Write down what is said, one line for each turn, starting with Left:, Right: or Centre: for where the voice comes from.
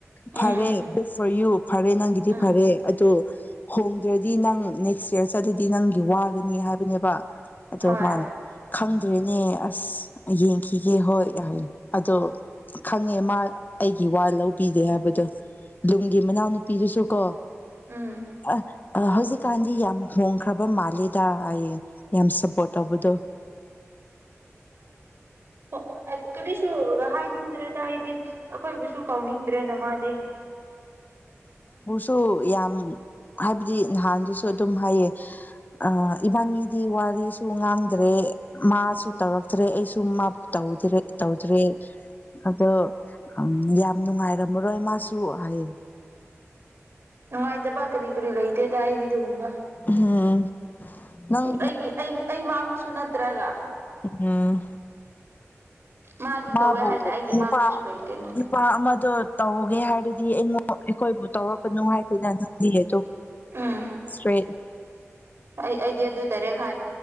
Left: ꯐꯔꯦ
Right: ꯎꯝ
Left: ꯒꯨꯗ ꯐꯣꯔ ꯌꯨ ꯐꯔꯦ ꯅꯪꯒꯤꯗꯤ
Right: ꯎꯝ
Left: ꯐꯔꯦ ꯑꯣ ꯍꯣꯡꯗ꯭ꯔꯗꯤ ꯅꯪ ꯅꯦꯛꯁ ꯌꯌꯥꯔ ꯆꯠꯂꯗꯤ ꯅꯪꯒꯤ ꯋꯥꯒꯅꯤ ꯍꯥꯏꯕꯅꯦꯕ ꯑꯗꯨꯧ
Right: ꯍꯣꯏ
Left: ꯃꯥꯅꯦ ꯈꯪ ꯑꯗꯨ ꯑꯗꯨꯦꯅꯦ ꯑꯁ ꯌꯦꯡꯈꯤꯒꯦ ꯍꯣꯏ ꯌꯥꯔꯦ ꯑꯗꯣ ꯈꯪꯉꯦ ꯃꯥ ꯑꯩꯒꯤ ꯋꯥ ꯂꯧꯕꯤꯒꯦ ꯍꯥꯏꯕꯗꯣ ꯂꯨꯝꯒꯤ ꯃꯅꯥꯎꯅꯨꯄꯤꯗꯨꯁꯨ ꯀꯣ
Right: ꯎꯝ
Left: ꯑ ꯑ ꯍꯧꯖꯤꯛꯀꯥꯟꯗꯤ ꯌꯥꯝ ꯍꯣꯡꯈ꯭ꯔꯕ ꯃꯥꯜꯂꯦꯗ ꯑꯩꯌꯦ ꯌꯥꯝ ꯁꯞꯄꯣꯔꯠ ꯇꯧꯕꯗꯣ
Right: ꯍ ꯀꯔꯤꯁꯨ ꯍꯥꯏꯅꯤꯡꯗ꯭ꯔꯦꯗ ꯑꯩꯗꯤ ꯑꯩꯈꯣꯏꯕꯨꯁꯨ ꯀꯥꯎꯅꯤꯡꯗ꯭ꯔꯦꯅ ꯃꯥꯗꯤ
Left: ꯁꯨ ꯌꯥꯝ ꯍꯥꯏꯕꯗꯤ ꯅꯍꯥꯟꯗꯨꯁꯨ ꯑꯗꯨ ꯍꯥꯏꯌꯦ ꯑ ꯏꯕꯥꯗꯤ ꯋꯥꯔꯤ ꯁꯨ ꯉꯥꯡꯗ꯭ꯔꯦ ꯃꯥꯁꯨ ꯇꯧꯔꯛꯇ꯭ꯔꯦ ꯑꯩꯁꯨ ꯇꯧꯗ꯭ꯔꯦ ꯇꯧꯗ꯭ꯔꯦ ꯑꯗꯣ ꯌꯥꯝ ꯅꯨꯡꯉꯥꯏꯔꯝꯃꯔꯣꯏ ꯃꯥꯁꯨ ꯍꯌꯦꯡ
Right: ꯉꯥꯏ ꯇ ꯄ ꯀꯔꯤ ꯀꯔꯤ ꯂꯩꯇꯦꯗ ꯑꯗꯨ ꯎꯨꯝꯕ
Left: ꯎꯝ ꯅꯪ
Right: ꯑꯩꯒꯤ ꯑꯩ ꯑꯩ ꯃꯥꯡꯕꯁꯨ ꯅꯠꯇ꯭ꯔꯒ
Left: ꯑꯝ
Right: ꯃꯥꯗꯨ
Left: ꯃꯥꯕꯨ
Right: ꯇꯧꯋꯦ ꯍꯥꯏꯅ ꯑꯩꯒꯤ
Left: ꯅꯨꯄꯥ
Right: ꯃꯥꯡꯕꯁꯨ ꯂꯩꯇꯦꯅꯦ
Left: ꯅꯨꯄꯥ ꯑꯃꯗꯣ ꯇꯧꯒꯦ ꯍꯥꯏꯔꯗꯤ ꯗꯤ ꯑꯩꯉꯣꯟ ꯑꯩꯈꯣꯏꯕꯨ ꯇꯧꯔꯛꯄꯅꯨ ꯍꯥꯏꯈꯗ ꯅꯪꯗꯤ ꯑꯗꯨꯝ
Right: ꯎꯝ
Left: ꯁ꯭ꯔꯦꯠ
Right: ꯑꯩ ꯑꯩꯗꯤ ꯑꯗꯨ ꯏꯔꯦꯛ ꯍꯥꯏꯕ